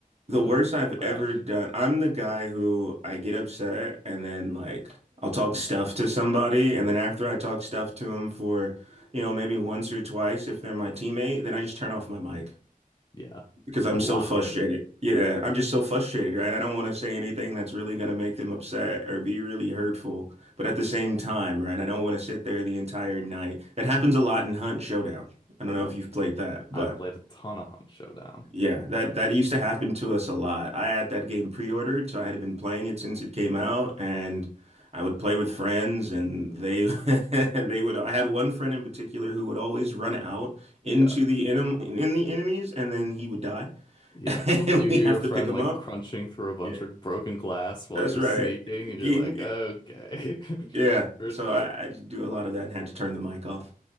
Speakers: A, on the right (about 45°); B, on the left (about 30°).
A: The
B: but
A: worst
B: it was like
A: I've
B: a crash.
A: ever done. I'm the guy who I get upset and then like I'll talk stuff to somebody and then after I talk stuff to them for, you know, maybe once or twice if they're my teammate, then I just turn off my mic.
B: Yeah,
A: because
B: you gotta
A: I'm so
B: lock
A: frustrated.
B: in.
A: Yeah, I'm just so frustrated, right? I don't want to say anything that's really going to make them upset or be really hurtful. But at the same time, right, I don't want to sit there the entire night. That happens a lot in Hunt Showdown. I don't know if you've played that, but
B: I've played a ton of Hunt Showdown.
A: yeah, that that used to happen to us a lot. I had that game pre-ordered, so I had been playing it since it came out, and I would play with friends, and they <laughs> they would. I had one friend in particular who would always run out
B: Yeah.
A: into the enem in the enemies, and then he would die.
B: Yep.
A: <laughs> And
B: You
A: We
B: hear
A: have
B: your friend
A: to pick them
B: like
A: up.
B: crunching through a bunch
A: Yeah,
B: of broken glass while
A: that's
B: you're
A: right.
B: sneaking, and
A: Ging-
B: you're like, okay,
A: Yeah.
B: <laughs> we're
A: So
B: dead.
A: I, I just do a lot of that and had to turn the mic off.